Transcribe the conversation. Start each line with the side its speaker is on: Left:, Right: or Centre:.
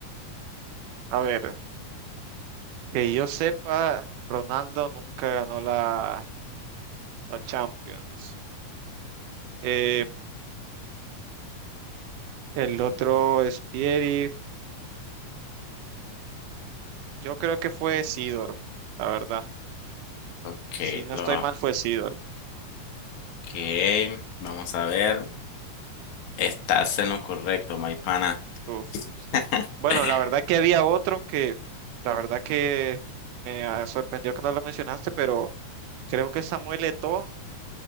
Right: A ver, que yo sepa, Ronaldo nunca ganó la, la Champions. Eh, el otro es Pieri, yo creo que fue Sidor, la verdad.
Left: Ok,
Right: Si no
Left: lo,
Right: estoy mal, fue Sidor.
Left: ok, vamos a ver. Estás en lo correcto, Maipana.
Right: Uf, sí.
Left: <laughs>
Right: Bueno, la verdad que había otro que, la verdad que me ah, sorprendió que no lo mencionaste, pero creo que Samuel Eto'o